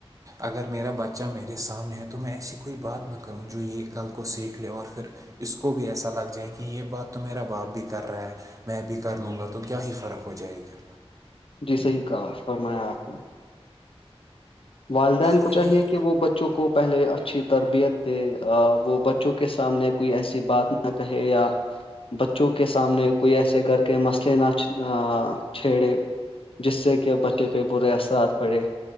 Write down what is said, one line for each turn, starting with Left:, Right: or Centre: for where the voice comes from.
Right: اگر میرا بچہ میرے سامنے ہے تو میں ایسی کوئی بات نہ کروں جو یہ کل کو سیکھ لے اور پھر اس کو بھی ایسا لگ جائے کہ یہ باپ تو میرا باپ بھی کر رہا ہے میں بھی کر لوں گا تو کیا ہی فرق ہو جائے گا
Left: جی صحیح کہا فرمایا آپ نے والدین کو
Right: تو یہی
Left: چاہیے کہ وہ بچوں کو پہلے اچھی تربیت دے وہ بچوں کے سامنے کوئی ایسی بات نہیں نہ کہہ یا بچوں کے سامنے کوئی ایسے کر کے مسئلے نہ چھیڑے جس سے کہ ا بچے پہ برے اثرات پڑے